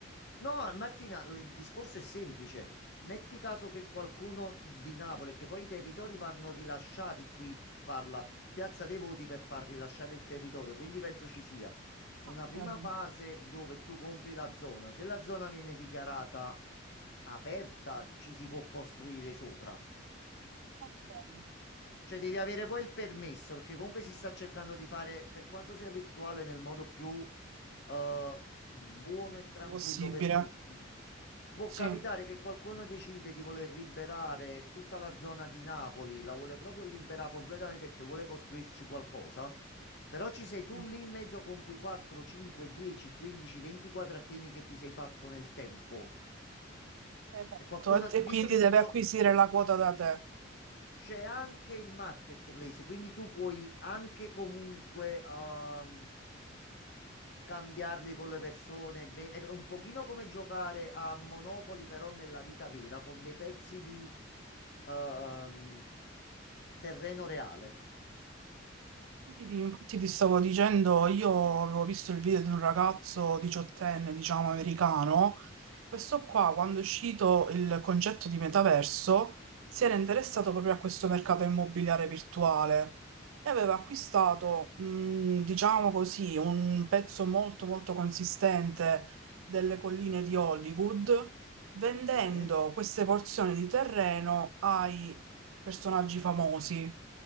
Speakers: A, on the left; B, on the right.
A: No, Martina, l- il discorso è semplice. Metti caso che qualcuno di Napoli, che poi i territori vanno rilasciati, qui p- parla Piazza dei Voti per far rilasciare il territorio, quindi penso ci sia una
B: Ok,
A: prima fase dove tu compri la zona. Se la zona viene dichiarata aperta, ci si può costruire sopra.
B: ok.
A: Cioè, devi avere poi il permesso, perché comunque si sta cercando di fare, per quanto sia virtuale, nel modo più eh, buono
B: Non
A: e tranquillo
B: È possibile,
A: per tutti. Può
B: sì.
A: capitare che qualcuno decide di voler liberare tutta la zona di Napoli, la vuole proprio liberare completamente perché vuole costruirci qualcosa, però ci sei tu
B: Mhm.
A: lì in mezzo con quei 4, 5, 10, 15, 20 quadratini che ti sei fatto nel tempo.
B: Esatto,
A: E qualcuno,
B: e
A: visto
B: e quindi
A: che si
B: deve
A: può
B: acquisire la quota da te.
A: C'è anche il marketplace, quindi tu puoi anche comunque ehm, scambiarli con le persone. ve- È un pochino come giocare a Monopoli, però nella vita vera, con dei pezzi di ehm, terreno reale.
B: Sì, sì, sì, Infatti ti stavo dicendo, io avevo visto il video di un ragazzo diciottenne, diciamo americano, questo qua quando è uscito il concetto di metaverso si era interessato proprio a questo mercato immobiliare virtuale e aveva acquistato, mh, diciamo così, un pezzo molto molto consistente delle colline di Hollywood, vendendo
A: Sì,
B: queste porzioni di terreno ai personaggi famosi